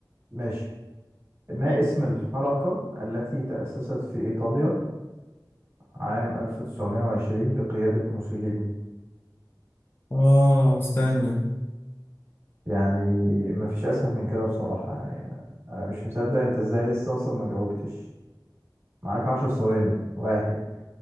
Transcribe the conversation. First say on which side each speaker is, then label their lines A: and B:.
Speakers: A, on the right; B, on the left.
A: ماشي ما
B: مم.
A: اسم الحركه التي تاسست في ايطاليا عام 1920 بقياده موسوليني
B: اه استنى
A: يعني مفيش اسهل من كده بصراحة يعني انا مش مصدق انت ازاي لسه اصلا ما جاوبتش معاك عشر ثواني واحد